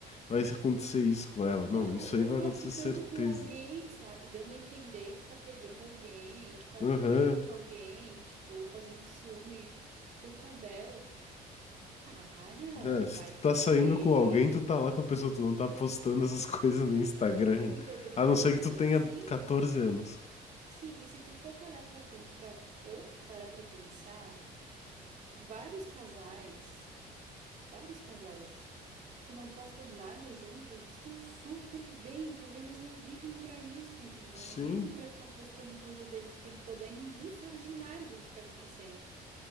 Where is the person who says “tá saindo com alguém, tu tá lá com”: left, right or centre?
Left